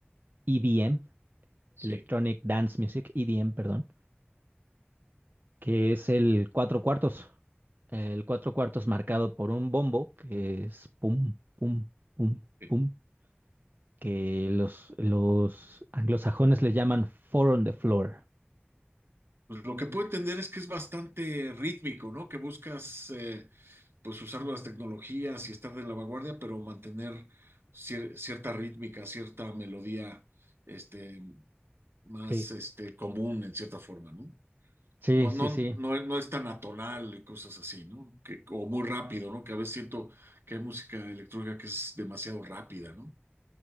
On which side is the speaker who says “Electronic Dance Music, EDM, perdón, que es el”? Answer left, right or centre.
Right